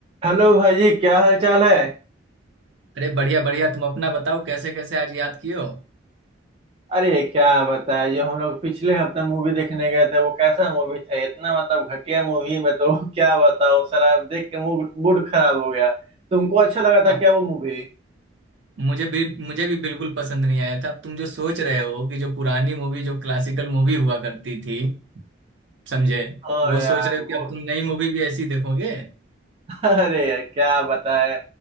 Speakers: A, on the right; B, on the right.
A: Hello भाई जी क्या हाल चाल है
B: अरे बढ़िया बढ़िया तुम अपना बताओ कैसे कैसे आज याद किए हो
A: अरे क्या बताए जो हम लोग पिछले हफ्ते मूवी देखने गए थे वो कैसा मूवी था इतना मतलब घटिया मूवी में तो <laughs> क्या बताओ सारा देख के मूड मूड खराब हो गया तुमको अच्छा लगा
B: अब
A: था क्या वो मूवी
B: मुझे भी मुझे भी बिल्कुल पसंद नहीं आया था अब तुम जो सोच रहे हो कि जो पुरानी मूवी जो क्लासिकल मूवी हुआ करती थी समझे
A: हाँ
B: वो
A: यार
B: सोच रहे
A: वो
B: हो कि अब तुम नई मूवी भी ऐसी देखोगे
A: <laughs> अरे यार क्या बताए